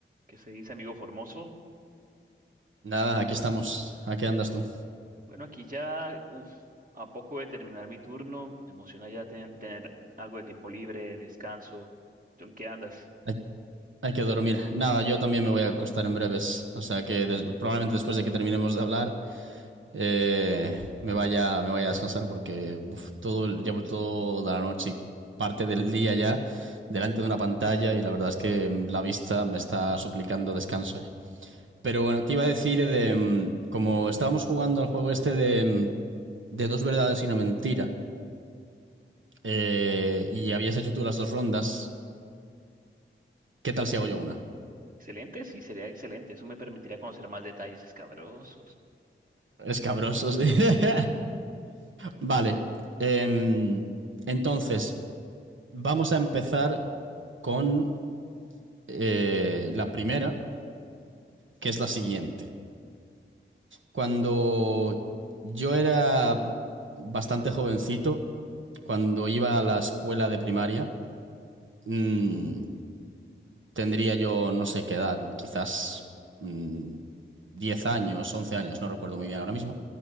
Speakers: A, on the right; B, on the right.
A: ¿Qué se dice, amigo Formoso?
B: Nada, aquí estamos. ¿A qué andas tú?
A: Bueno, aquí ya, uf, a poco de terminar mi turno, me emociona ya ten- tener algo de tiempo libre, descanso. ¿Tú en qué andas?
B: Hay, hay que dormir. Nada, yo también me voy a acostar en breves. O sea que des- probablemente después de que terminemos de hablar, eh, me vaya, me vaya a descansar porque uf, todo, el- llevo toda la noche y parte del día ya delante de una pantalla y la verdad es que mm, la vista me está suplicando descanso. ya. Pero bueno, te iba a decir de mm, como estábamos jugando al juego este de, mm, de dos verdades y una mentira, eh, y habías hecho tú las dos rondas, ¿qué tal si hago yo una?
A: Excelente, sí, sería excelente. Eso me permitiría conocer más detalles escabrosos.
B: Escabrosos. <laughs> sí. Vale. em, entonces, vamos a empezar con eh, la primera, que es la siguiente. Cuando yo era bastante jovencito, cuando iba a la escuela de primaria, mm, Tendría yo no sé qué edad, quizás mm, 10 años, 11 años, no recuerdo muy bien ahora mismo.